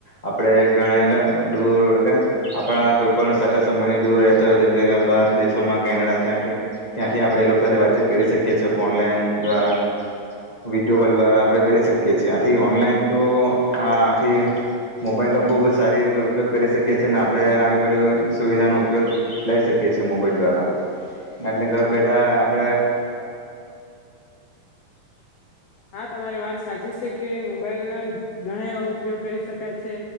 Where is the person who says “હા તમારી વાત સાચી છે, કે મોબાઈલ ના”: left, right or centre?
Left